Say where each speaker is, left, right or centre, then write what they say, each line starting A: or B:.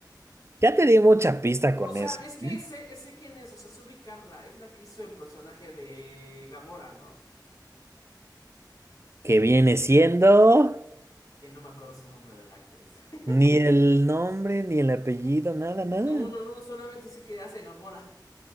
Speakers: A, on the right; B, on the left.
A: Ya te di mucha
B: Eh,
A: pista
B: O
A: con
B: sea,
A: eso,
B: es que
A: ¿eh?
B: sé, sé quién es, o sea, sé ubicarla. Es la que hizo el personaje de Gamora, ¿no?
A: Que viene siendo
B: Que no me acuerdo su nombre de la actriz. <laughs>
A: ni el nombre, ni el apellido, nada, nada.
B: No, no, no, solamente sé que hace Gamora.